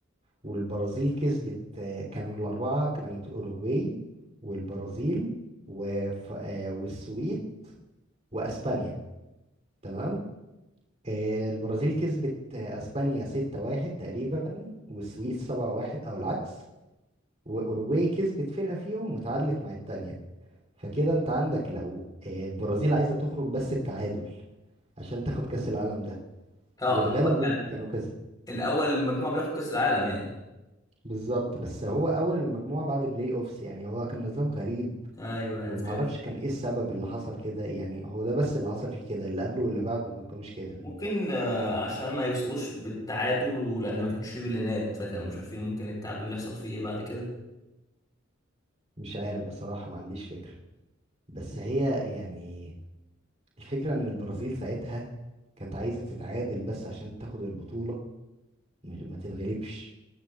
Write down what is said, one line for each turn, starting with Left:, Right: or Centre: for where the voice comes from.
Right: والبرازيل كسبت آه، كانوا الأربعة كانت أوروجواي والبرازيل وف... آه، والسويد وأسبانيا تمام آه، البرازيل كسبت آه، أسبانيا 6-1 تقريبا والسويد 7-1 أو العكس وأوروجواي كسبت فرقة فيهم وتعادلت مع التانية فكده أنت عندك لو آه، البرازيل عايزة تخرج بس بتعادل عشان تاخد كأس العالم ده
Left: اه
Right: واتغلبوا
Left: اول يعني
Right: كانوا كسب
Left: الاول المجموعه بياخد كاس العالم يعني
Right: بالظبط بس هو أول المجموعة بعد بلاي أوفس يعني هو كان نظام غريب
Left: ايوه ايوه
Right: وما
Left: فهمت
Right: اعرفش كان ايه السبب اللي حصل كده يعني هو ده بس اللي حصل فيه كده اللي قبله واللي بعده ما كانوش كده
Left: ممكن آه، عشان ما يوصلوش بالتعادل ولان ما كانش فيه بلينات فكانوا مش عارفين ممكن التعادل اللي يحصل فيه ايه بعد كده
Right: مش عارف بصراحة ما عنديش فكرة بس هي يعني الفكرة ان البرازيل ساعتها كانت عايزة تتعادل بس عشان تاخد البطولة م- ما تتغلبش